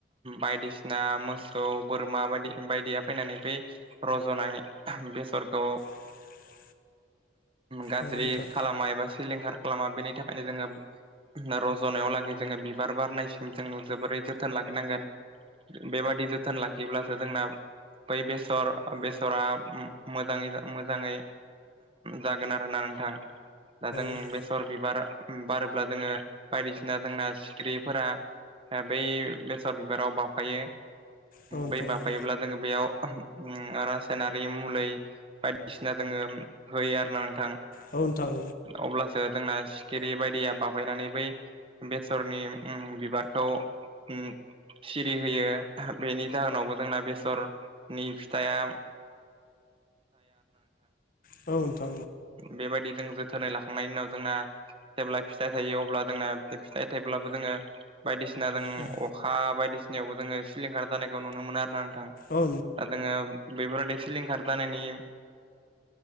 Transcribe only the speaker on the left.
<inaudible>
नोंथां औ नोंथां
औ
औ नोंथां
औ
आरोना नोंथां
जाहोनावबो जोंना
बेसर
औ